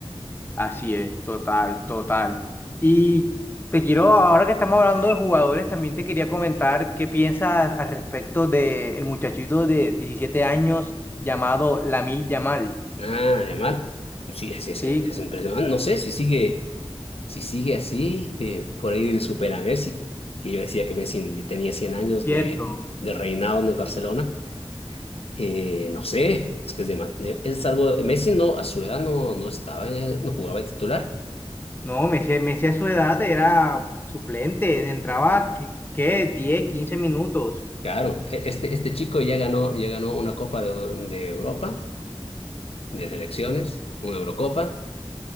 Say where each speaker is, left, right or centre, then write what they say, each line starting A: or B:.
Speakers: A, on the left (about 20°); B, on the left (about 70°).
A: Así es, total, total. Y te quiero, ahora que estamos hablando de jugadores, también te quería comentar qué piensas al respecto del muchachito de 17 años llamado Lamine Yamal.
B: Ah, animal. Sí, es, es,
A: Sí,
B: es impresionante. No sé si sigue. Si sigue así, eh, por ahí supera a Messi, que, que yo decía que Messi tenía cien años
A: Cierto.
B: de, de reinado en el Barcelona. Eh, no sé, es que es, de, ma- de- es algo. Messi no, a su edad no, no estaba, en el- no jugaba de titular.
A: no, Messi, Messi a su edad era suplente, entraba, ¿qué? qué? 10, 15 minutos.
B: Claro, e- este, este chico ya ganó, ya ganó una Copa de, de Europa, de selecciones, una Eurocopa,